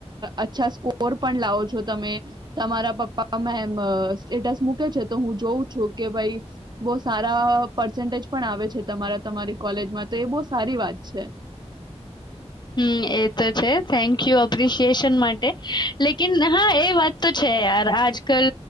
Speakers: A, on the right; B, on the left.
A: અચ્છા સ્કોર પણ લાવો છો તમે તમારા પપ્પા મેમ અ સ્ટેટ્સ મૂકે છે તો હું જોઉં છું કે ભાઈ બહ સારા પર્સન્ટેજ પણ આવે છે તમારા તમારી કોલેજમાં તો એ બોહ સારી વાત છે
B: હમ્મ એ તો છે થેન્ક યુ એપ્રિશિએશન માટે લેકિન હા એ વાત તો છે યાર આજકાલ